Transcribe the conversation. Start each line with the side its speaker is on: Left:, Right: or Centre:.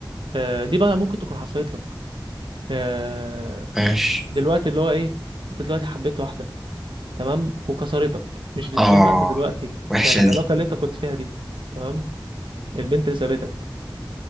Right: آه، دي بقى ممكن تكون حصلت لك آه،
Centre: ماشي
Right: دلوقتي اللي هو ايه انت دلوقتي حبيت واحدة تمام وكسرتك مش بالذمة
Centre: اه
Right: انت دلوقتي
Centre: وحشة
Right: يعني العلاقة
Centre: دي
Right: اللي انت كنت فيها دي تمام البنت اللي سابتك